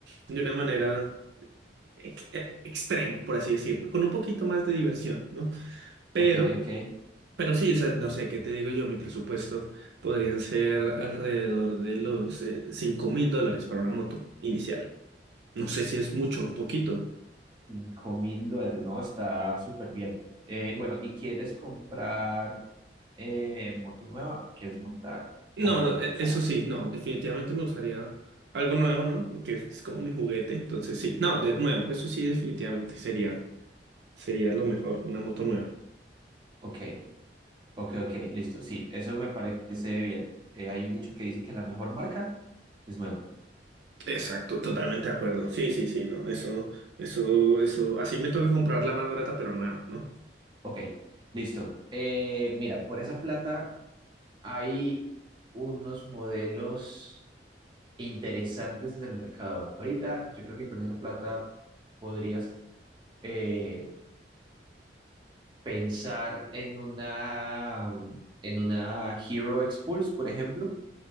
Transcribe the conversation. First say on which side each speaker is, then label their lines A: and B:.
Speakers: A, on the right; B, on the right.
A: de una manera ex- eh, extrema, por así decirlo, con un poquito más de diversión, ¿no? Pero,
B: Ok, ok.
A: pero sí, o sea, no sé, ¿qué te digo yo? Mi presupuesto podrían ser alrededor de los eh, cinco mil dólares para una moto inicial. No sé si es mucho o poquito.
B: Cinco mil dólares, no, está súper bien. Eh, bueno, ¿y quieres comprar eh, moto nueva o quieres montar,
A: No,
B: comprar moto
A: e-
B: usada?
A: eso sí, no, definitivamente me gustaría algo nuevo, ¿no? Que es como mi juguete, entonces sí. No, de nuevo, eso sí, definitivamente sería, sería lo mejor, una moto nueva.
B: Ok, ok, ok, listo. Sí, eso me parece bien. Eh, hay un dicho que dice que la mejor marca es nueva.
A: Exacto, totalmente de acuerdo. Sí, sí, sí, no, eso, eso, eso, así me toca comprar la más barata, pero nueva, ¿no?
B: Ok, listo. Eh, mira, por esa plata hay unos modelos interesantes en el mercado ahorita. Yo creo que con esa plata podrías eh, pensar en una, en una Hero Expulse, por ejemplo.